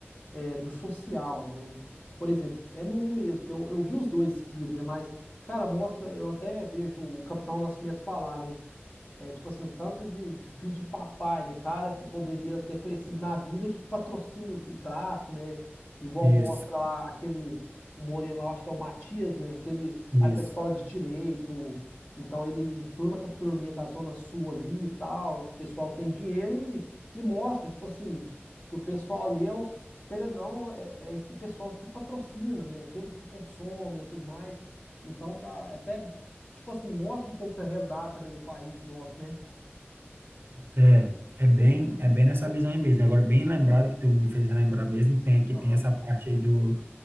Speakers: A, on the left; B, on the right.
A: é, do social, né? Por exemplo, é no 1 mesmo, que eu, eu vi os dois seguidos, né? Mas, cara, mostra, eu até vejo o Capitão Nascimento falar, né? É tipo assim, o tanto de, de filho de papai, né? Cara que poderia ter crescido na vida que patrocina o tráfico, né? Igual
B: Isso,
A: mostra lá aquele, o Moreno lá, eu acho que é o Matias, né? Que ele
B: isso.
A: vai pra escola de direito, então ele enturma com a turminha da Zona Sul ali e tal, pessoal que tem dinheiro e, e mostra, tipo assim, que o pessoal ali é os que, querendo ou não, é, é esse pessoal que patrocina, né? Aqueles que consomem e tudo mais. Então dá é até. Tipo assim, mostra um pouco da realidade também do país nosso, né?
B: É, é bem, é bem nessa visão aí mesmo. Agora, bem lembrado que tu me fez relembrar mesmo, tem aqui
A: Aham,
B: tem essa parte aí do,